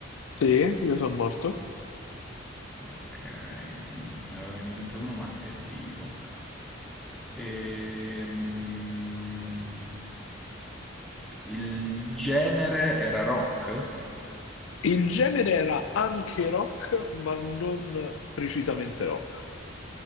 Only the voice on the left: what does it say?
Sì, io sono morto.
Il genere era anche rock, ma non precisamente rock.